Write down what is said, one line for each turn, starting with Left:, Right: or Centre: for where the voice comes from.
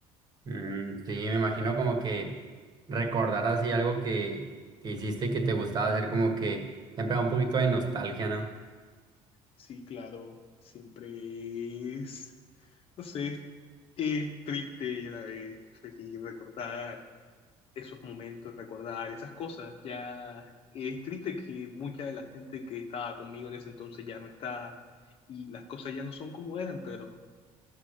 Right: Mm, sí, me imagino como que recordar así algo que, que hiciste y que te gustaba hacer, como que siempre da un poquito de nostalgia, ¿no?
Left: Sí, claro, siempre es, no sé, es triste y a la vez feliz recordar esos momentos, recordar esas cosas. Ya es triste que mucha de la gente que estaba conmigo en ese entonces ya no está y las cosas ya no son como eran, pero